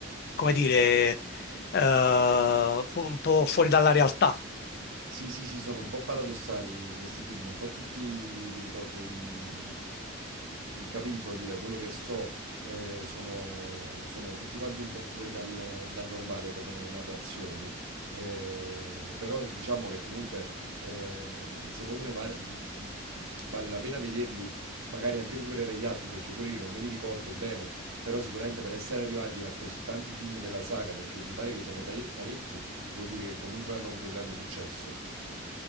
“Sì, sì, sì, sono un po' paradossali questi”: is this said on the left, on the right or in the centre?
Right